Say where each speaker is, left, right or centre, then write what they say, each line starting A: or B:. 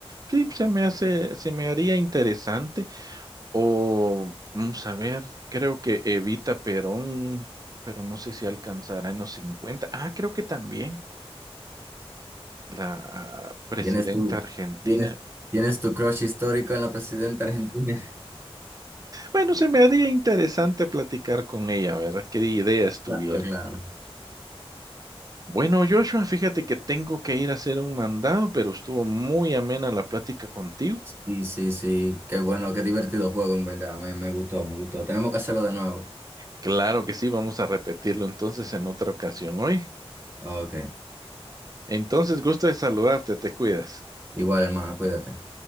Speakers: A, on the right; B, on the right.
A: Sí, se me hace, se me haría interesante. O, vamos a ver, creo que Evita Perón, pero no sé si alcanzará en los cincuenta Ah, creo que también la ah, presidenta
B: ¿Tienes tu,
A: argentina.
B: tienes, tienes tu crush histórico en la presidenta argentina? <laughs>
A: Bueno, se me haría interesante platicar con ella, ¿verdad? ¿Qué ideas tuviera?
B: Claro, claro.
A: Bueno, Joshua, fíjate que tengo que ir a hacer un mandado, pero estuvo muy amena la plática contigo.
B: Sí, sí, sí. Qué bueno, qué divertido juego, en verdad. Me, me gustó, me gustó. Tenemos que hacerlo de nuevo.
A: Claro que sí, vamos a repetirlo entonces en otra ocasión hoy.
B: Ok.
A: Entonces, gusto de saludarte, te cuidas.
B: Igual, hermano, cuídate.